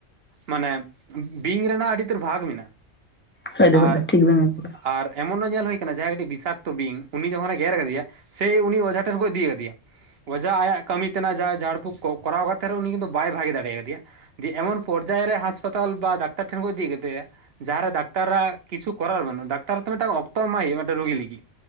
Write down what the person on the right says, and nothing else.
ᱢᱟᱱᱮ ᱵᱤᱧ ᱨᱮᱱᱟᱜ ᱟᱹᱰᱤ ᱩᱛᱟᱹᱨ ᱵᱷᱟᱜᱽ ᱢᱮᱱᱟᱜᱼᱟ
ᱟᱨ᱾
ᱟᱨ ᱮᱢᱚᱱ ᱱᱚᱣᱟ ᱧᱮᱞ ᱦᱩᱭ ᱠᱟᱱᱟ ᱡᱟᱦᱟᱸᱭ ᱠᱟᱹᱴᱤᱡ ᱵᱤᱥᱟᱠᱛᱚ ᱵᱤᱝ ᱩᱱᱤ ᱡᱚᱠᱷᱚᱱᱮ ᱜᱮᱨ ᱟᱠᱟᱫᱮᱭᱟ᱾ ᱥᱮᱭ ᱩᱱᱤ ᱚᱡᱷᱟ ᱴᱷᱮᱱ ᱠᱚ ᱤᱫᱤ ᱠᱟᱫᱮᱭᱟ᱾ ᱚᱡᱟ ᱟᱭᱟᱜ ᱠᱟᱹᱢᱤ ᱛᱮᱱᱟᱜ ᱡᱟᱦᱟ ᱡᱷᱟᱲ ᱯᱷᱩᱠ ᱠᱚᱨᱟᱣ ᱠᱟᱛᱮᱫ ᱨᱮᱦᱚ ᱩᱱᱤ ᱠᱤᱱᱛᱩ ᱵᱟᱭ ᱵᱷᱟᱜᱮ ᱫᱟᱲᱮᱭᱟᱫᱮᱭᱟ᱾ ᱫᱤᱭᱮ ᱮᱢᱚᱱ ᱯᱚᱨᱡᱟᱭ ᱨᱮ ᱦᱟᱸᱥᱯᱟᱛᱟᱞ ᱵᱟ ᱰᱟᱠᱛᱟᱨ ᱴᱷᱮᱱ ᱠᱚ ᱤᱫᱤ ᱠᱟᱫᱮᱭᱟ᱾ ᱡᱟᱦᱟᱸ ᱨᱮ ᱰᱟᱠᱛᱟᱨᱟᱜ ᱠᱤᱪᱩ ᱠᱚᱨᱟᱨ ᱵᱟᱹᱱᱩᱜ ᱰᱟᱛᱟᱨ ᱛᱚ ᱢᱤᱫᱴᱟᱝ ᱚᱠᱛᱚ ᱮᱢᱟᱭ ᱦᱩᱭᱩᱜᱼᱟ ᱢᱤᱫᱴᱮᱱ ᱨᱩᱜᱤ ᱞᱟᱹᱜᱤᱫᱤ᱾